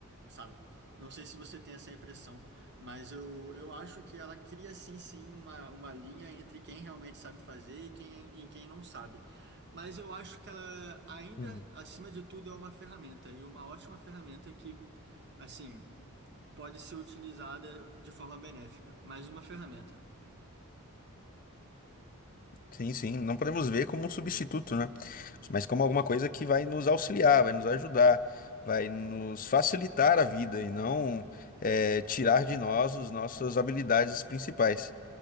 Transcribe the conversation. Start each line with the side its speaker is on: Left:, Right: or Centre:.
Right: sabe? Não sei se você tem essa impressão, mas eu, eu acho que ela cria sim, sim, uma, uma linha entre quem realmente sabe fazer e quem, e quem não sabe. Mas eu acho que ela ainda,
Left: Uhum.
Right: acima de tudo, é uma ferramenta e uma ótima ferramenta que, assim, pode ser utilizada de forma benéfica, mais uma ferramenta.
Left: sim, sim, não podemos ver como um substituto, né? Mas como alguma coisa que vai nos auxiliar, vai nos ajudar, vai nos facilitar a vida e não é, tirar de nós as nossas habilidades principais.